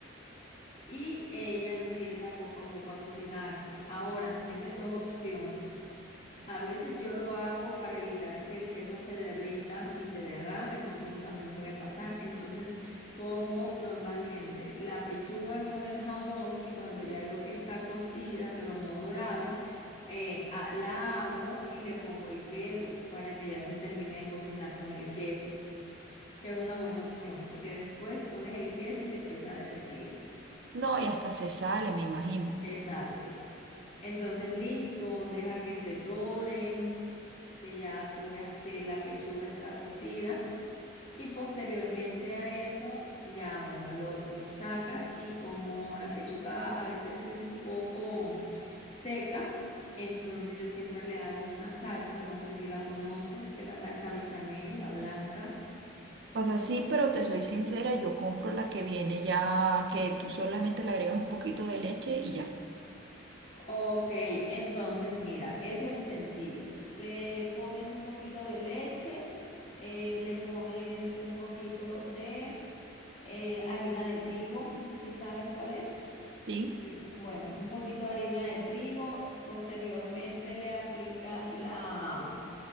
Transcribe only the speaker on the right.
No, y hasta se sale, me imagino.
O sea, sí, pero te soy sincera, yo compro la que viene ya, que tú solamente le agregas un poquito de leche y ya.
¿sí?